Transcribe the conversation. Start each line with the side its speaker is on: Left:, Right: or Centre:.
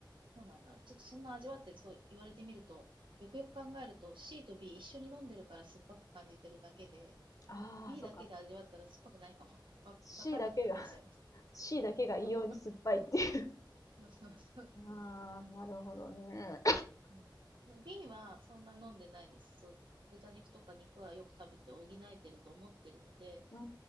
Right: うなんだろう。ちょっとそんな味わってそう言われてみると、よくよく考えると C と B 一緒に飲んでるから酸っぱく感じてるだけで、
Left: ああ、
Right: B
Left: そっか。
Right: だけで味わったら酸っぱくないかも。わ、
Left: C
Right: わかんなくなってきちゃいまし
Left: だけが <laughs> C だけが異様に酸っぱいっていう。
Right: た。<laughs> そうそうそうそう。
Left: ああ、なるほどね。
Right: うん、でも B はそんな飲んでないです。そう、豚肉とか肉はよく食べて補えてると思ってるので、
Left: うー